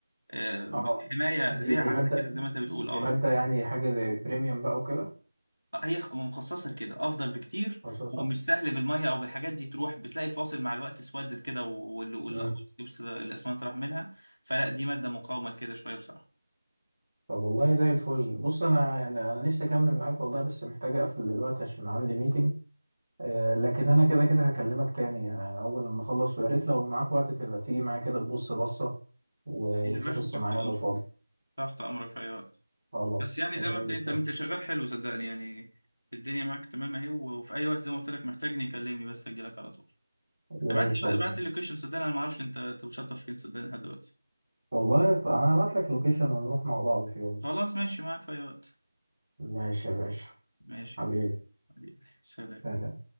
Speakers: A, on the left; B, on the right.
A: آه، بالحمايه
B: اه دي
A: زي
B: دي
A: عزل
B: مادة
A: كده زي ما انت بتقول
B: دي
A: اه
B: مادة يعني حاجة زي بريميوم بقى وكده
A: هي خ- مخصصه لكده افضل بكتير
B: خصوصا
A: ومش سهل بالميه او بالحاجات دي تروح بتلاقي الفاصل مع الوقت اسودت كده وال- وال-
B: امم
A: والجبس ده- الاسمنت راح منها فلا دي ماده مقاومه لكده شويه بصراحه
B: طب والله زي الفل بص انا يعني انا نفسي اكمل معاك والله بس محتاج اقفل دلوقتي عشان عندي ميتنج آه لكن انا كده كده هكلمك تاني آه، اول لما اخلص ويا ريت لو معاك وقت تبقى تيجي معايا كده تبص بصة و- وتشوف
A: يا باشا
B: الصناعية
A: تحت امرك
B: لو فاضي
A: تحت امرك في اي وقت
B: خلاص
A: بس يعني زي
B: زي
A: ما انت
B: الفل
A: انت انت شغال حلو صدقني يعني الدنيا معاك تمام اهي و- وفي اي وقت زي ما قلت لك محتاجني كلمني بس اجي لك على طول
B: زي
A: ابعت
B: الفل
A: لي بقى- ابعت لي اللوكيشن صدقني انا ما اعرفش انت انت بتشطف فين صدقني لحد دلوقتي
B: والله ط- انا هبعت لك لوكيشن ونروح مع بعض في يوم
A: خلاص ماشي معاك في اي وقت
B: ماشي يا باشا
A: ماشي
B: حبيبي
A: حبيبي سلام
B: سلام